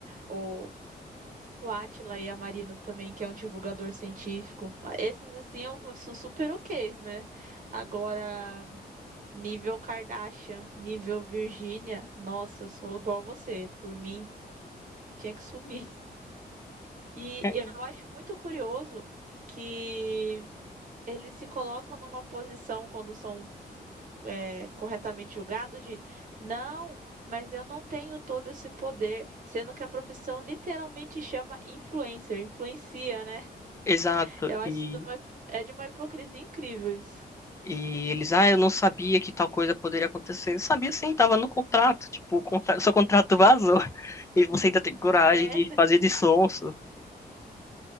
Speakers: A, on the right (about 50°); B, on the left (about 15°).
A: Ou o Átila e a Marino também, que é um divulgador científico. Esses, assim, eu, eu sou super ok's, né? Agora, nível Kardashian, nível Virgínia, nossa, eu sou igual a você. Por mim, tinha que sumir. E
B: É,
A: eu acho muito curioso que eles se colocam numa posição quando são é, corretamente julgado de não, mas eu não tenho todo esse poder, sendo que a profissão literalmente chama influencer, influencia, né?
B: Exato.
A: Eu
B: E
A: acho isso de uma, é de uma hipocrisia incrível isso.
B: E eles, ah, eu não sabia que tal coisa poderia acontecer. Eu sabia sim, tava no contrato. Tipo, o contrato, <laughs> seu contrato vazou. <laughs> E você ainda tem coragem
A: É,
B: de
A: <laughs>
B: fazer de sonso.